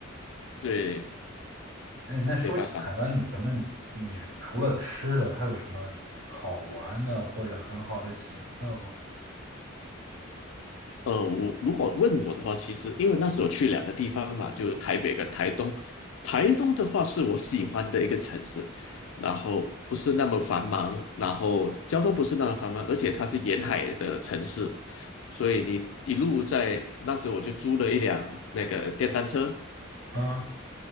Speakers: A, on the left (about 75°); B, on the right (about 80°).
A: 对，
B: 哎，那说起台湾，
A: 没办法。
B: 你咱们你除了吃的，它有什么好玩的或者很好的景色吗？
A: 呃，我如果问我的话，其实因为那时候去两个地方嘛，就是台北跟台东。台东的话是我喜欢的一个城市，然后不是那么繁忙，然后交通不是那么繁忙，而且它是沿海的城市，所以你一路在那时候我就租了一辆那个电单车
B: 啊，